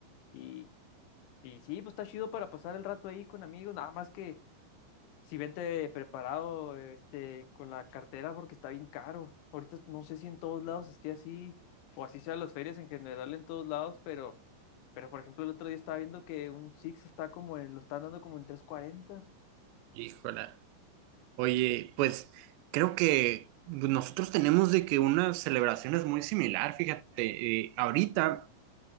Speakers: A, on the left; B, on the right.
A: Y, y sí, pues está chido para pasar el rato ahí con amigos, nada más que si vente preparado, este, con la cartera porque está bien caro. Ahorita no sé si en todos lados esté así, o así sean las ferias en general en todos lados, pero, pero por ejemplo el otro día estaba viendo que un Six está como en, lo están dando como en 340.
B: Híjole. Oye, pues creo que nosotros tenemos de que una celebración es muy similar, fíjate, eh, ahorita,